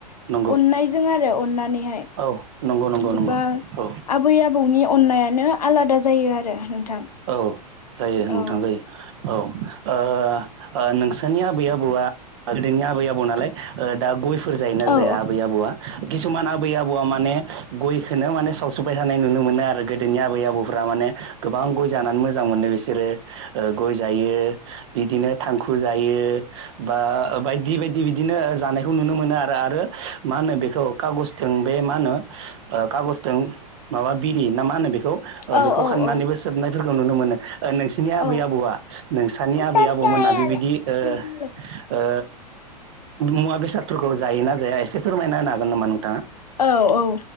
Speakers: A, on the right; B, on the left.
A: नंगौ
B: अननायजों आरो अननानैहाय।
A: औ नंगौ नंगौ
B: गोबां
A: नंगौ औ
B: आबै आबौनि अन्नायानो आलादा जायो आरो नोंथां।
A: औ जायो नोंथां
B: औ
A: औ। ओ ओ नोंसोरनि आबै आबौआ गोदोनि आबै आबौ नालाय दा गय फोर जायोना
B: औ
A: जाया आबै आबौआ किसुमान आबै आबौआ माने‌ गयखौनो माने सावसाय थानायानाय नुनो मोनो आरो गोदोनि आबै आबौफ्रा माने गोबां गय जानानै मोजां मोनो बिसोरो ओ गय जायो बिदिनो थांखु जायो। बा ओ बायदि-बाय बि-बिदिनो जानायखौ नुनो मोनो आरो-आरो मा होनो बेखौ खागजजों बे मा होनो ओ खागजजों माबा बिरि ना मा होनो बेखौ? ओ
B: औ
A: बेखौ
B: औ
A: खाननानैबो
B: औ
A: सोबनायफोरखौ नुनो मोनो ओ नोंसि नि आबै-आबौआ
B: औ
A: नोंसानि आबै-आबौमोनहा
B: बेयाव
A: बेबायदि ओ
B: दोनलाय
A: ओ मुवा बेसादफोरखौ जायोना जाया एसे फोरमायना होनो हागोन नामा नोंथाङा?
B: औ औ